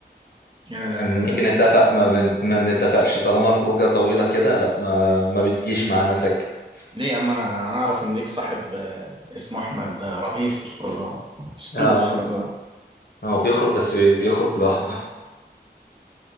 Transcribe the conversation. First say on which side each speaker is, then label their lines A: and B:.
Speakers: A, on the right (about 30°); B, on the left (about 60°).
A: آه
B: يعني نيجي نتفق ما بن... ما بنتفقش طالما خروجه طويله كده لا ما ما بتجيش معانا سكه
A: ليه يا عم انا انا اعرف ان ليك صاحب آه اسمه احمد آه، رهيب في الخروجات اسطوره
B: اه
A: خروجات
B: هو بيخرج بس بيخرج لوحده